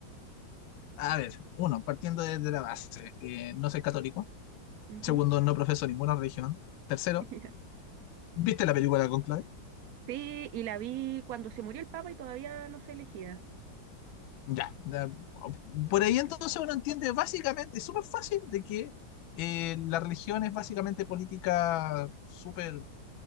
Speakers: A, on the left; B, on the right.
A: a ver, uno, partiendo desde la base, eh, no soy católico.
B: Ujú.
A: Segundo, no profeso ninguna religión. Tercero,
B: <laughs>
A: ¿viste la película Conclave?
B: Sí, y la vi cuando se murió el papa y todavía no se elegía.
A: Ya, ya, por ahí entonces uno entiende básicamente, es súper fácil, de que eh, la religión es básicamente política súper